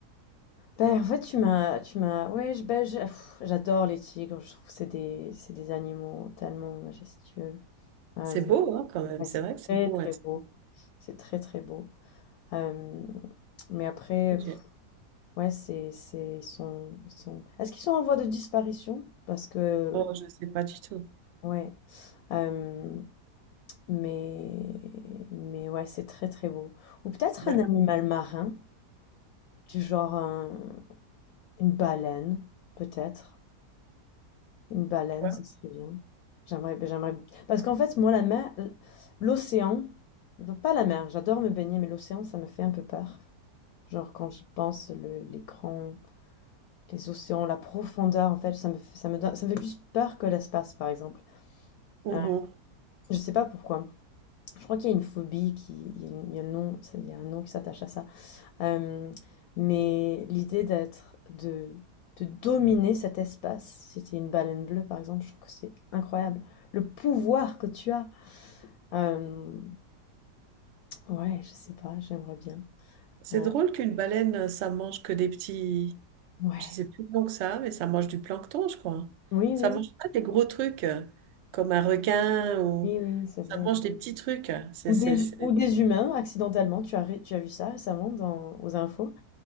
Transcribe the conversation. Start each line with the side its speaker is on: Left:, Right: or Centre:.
Left: bah, en fait, tu m'as tu m'as ouais, je bah, je pff, j'adore les tigres, je trouve que c'est des c'est des animaux tellement majestueux. Euh,
Right: C'est beau, hein, quand même.
Left: Ouais,
Right: C'est
Left: c'est
Right: vrai que c'est
Left: très
Right: beau
Left: très
Right: être.
Left: beau. C'est très très beau. Euh, mais après,
Right: sujet.
Left: pff, ouais, c'est, c'est, ils sont, ils sont. Est-ce qu'ils sont en voie de disparition? Parce que,
Right: Oh, je sais pas du tout.
Left: ouais. Euh, mais, mais ouais, c'est très très beau. Ou peut-être
Right: D'accord.
Left: un animal marin, du genre un- une baleine, peut-être. Une baleine,
Right: Pourquoi
Left: ça serait bien. J'aimerais, j'aimerais. Parce qu'en fait, moi, la mer, l'océan, pas la mer. J'adore me baigner, mais l'océan, ça me fait un peu peur. Genre quand j'y pense, le, l'écran, les océans, la profondeur, en fait, ça me fait, ça me donne- ça me fait plus peur que l'espace, par exemple.
Right: Mhm.
Left: Euh, je sais pas pourquoi. Je crois qu'il y a une phobie qui, il y a, une- il y a le nom, ça- il y a un nom qui s'attache à ça. Euh, mais l'idée d'être, de, de dominer cet espace, si t'es une baleine bleue, par exemple, je trouve que c'est incroyable. Le pouvoir que tu as. Euh, ouais, je sais pas, j'aimerais bien.
Right: C'est
Left: Euh,
Right: drôle qu'une baleine, euh, ça mange que des petits.
Left: ouais.
Right: Je sais plus long que ça, mais ça mange du plancton, je crois.
Left: Oui,
Right: Ça
Left: oui,
Right: mange pas des gros trucs euh, comme un requin ou
Left: oui, oui, oui, c'est
Right: ça
Left: vrai.
Right: mange
Left: oui.
Right: des petits trucs. C'est,
Left: Ou
Right: c'est,
Left: des,
Right: c'est...
Left: ou des humains, accidentellement, tu as, ré- tu as vu ça récemment dans, aux infos.